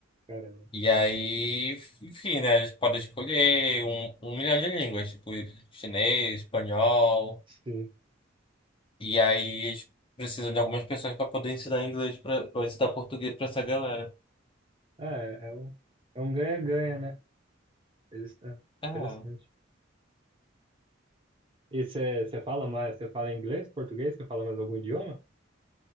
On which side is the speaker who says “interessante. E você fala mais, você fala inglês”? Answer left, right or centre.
Right